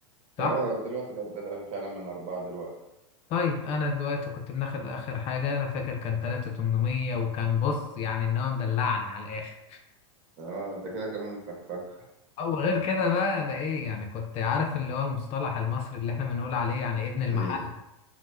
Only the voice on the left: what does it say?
صح؟
طيب انا دلوقتي كنت بناخد اخر حاجه انا فاكر كان 3800 وكان بص يعني ان هو مدلعني على الاخر
او غير كده بقى انا ايه يعني كنت عارف اللي هو المصطلح المصري اللي احنا بنقول عليه يعني ابن المحله